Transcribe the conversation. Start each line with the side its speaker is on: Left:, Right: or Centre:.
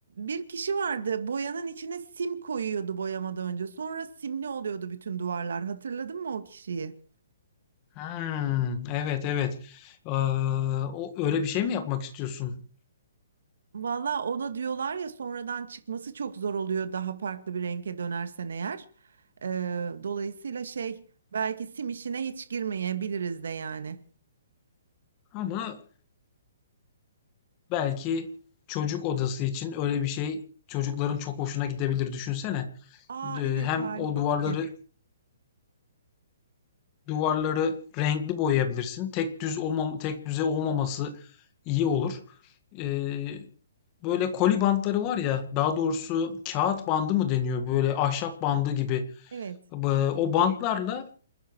Right: Bir kişi vardı boyanın içine sim koyuyordu boyamadan önce. Sonra simli oluyordu bütün duvarlar. Hatırladın mı o kişiyi?
Left: Hımm. Evet, evet. Eee, o öyle bir şey mi yapmak istiyorsun?
Right: Valla ona diyorlar ya sonradan çıkması çok zor oluyor daha farklı bir renge dönersen eğer. Ee, dolayısıyla şey belki sim işine hiç girmeyebiliriz de yani.
Left: Ama belki çocuk odası için öyle bir şey çocukların çok hoşuna gidebilir. Düşünsene.
Right: Aa
Left: Eee,
Right: evet
Left: hem
Right: harika
Left: o duvarları
Right: fikir.
Left: duvarları renkli boyayabilirsin. Tek düz olmam tek düze olmaması iyi olur. Eee, böyle koli bantları var ya, daha doğrusu kağıt bandı mı deniyor? Böyle ahşap bandı gibi.
Right: Evet.
Left: Bı o bantlarla